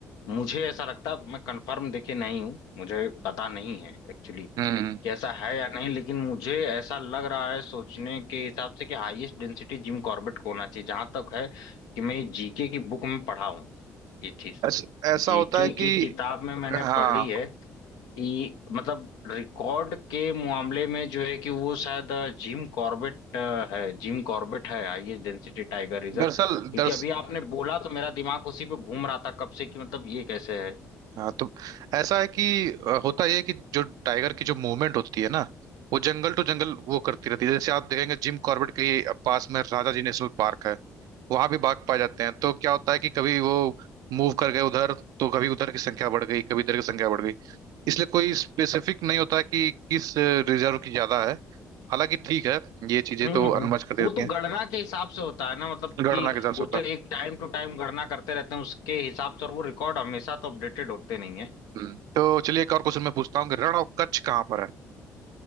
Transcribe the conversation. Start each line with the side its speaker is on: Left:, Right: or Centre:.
Left: मुझे ऐसा लगता है मैं कंफर्म देखे नहीं हूँ मुझे पता नहीं है एक्चुअली
Right: हम्म हम्म
Left: कि ऐसा है या नहीं लेकिन मुझे ऐसा लग रहा है सोचने के हिसाब से कि हाईएस्ट डेंसिटी जिम कॉर्बेट को होना चाहिए जहां तक है कि मैं जीके की बुक में पढ़ा हूं ये चीज
Right: ऐस, ऐसा
Left: जीके
Right: होता है कि
Left: की किताब में मैंने
Right: हाँ
Left: पढ़ी है कि मतलब रिकॉर्ड के मामले में जो है कि वो शायद अ, जिम कॉर्बेट अ, है जिम कॉर्बेट है हाईएस्ट डेंसिटी टाइगर रिजर्व
Right: दरअसल
Left: क्योंकि
Right: दरअसल
Left: अभी आपने बोला तो मेरा दिमाग उसी पे घूम रहा था कब से कि मतलब ये कैसे है
Right: हाँ तो ऐसा है कि अ, होता यह है कि जो टाइगर की जो मूवमेंट होती है ना वो जंगल टू जंगल वो करती रहती है जैसे आप देखेंगे जिम कॉर्बेट के ही पास में राजा जी नेशनल पार्क है वहां भी बाघ पाए जाते हैं तो क्या होता है कि कभी वो मूव कर गए उधर तो कभी उधर की संख्या बढ़ गई कभी इधर की संख्या बढ़ गई इसलिए कोई स्पेसिफिक नहीं होता कि किस रिजर्व की ज्यादा है हालांकि ठीक है ये चीजें
Left: हम्म
Right: तो
Left: हम्म।
Right: अनुमति कर
Left: वो
Right: देती
Left: तो
Right: हैं
Left: गणना के हिसाब से होता है ना मतलब
Right: गणना
Left: कि
Right: के हिसाब से
Left: वो
Right: होता
Left: तो
Right: है
Left: एक टाइम टू टाइम गणना करते रहते हैं उसके हिसाब से और वो रिकॉर्ड हमेशा तो अपडेटेड होते नहीं है
Right: हम्म। तो चलिए एक और क्वेश्चन मैं पूछता हूँ कि रण ऑफ कच्छ कहाँ पर है